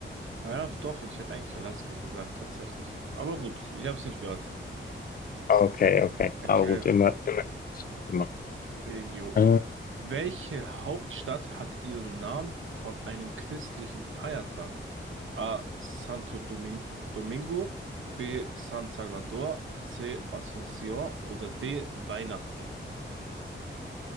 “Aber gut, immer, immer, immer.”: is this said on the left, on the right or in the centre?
Left